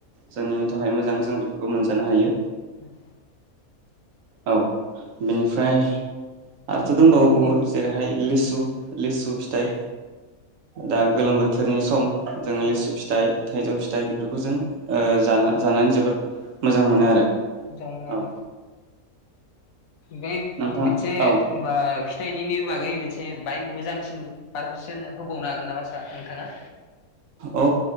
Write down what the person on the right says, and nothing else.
जोंनि थाखाय मोजां जों बेफोरखौ मोनजानो हायो
औ बेनिफ्राय आरोथ' दंबावो
बुहुद जेरैहाय लिसु लिसु फिथाय दा गोलोम बोथोरनि सम जोङो
लिसु फिथाइ थाइजौ फिथाइ बेफोरखौ जों ओ जाना-जानानै जोबोर मोजां मोनो
आरो
औ
नोंथाङा
औ
औ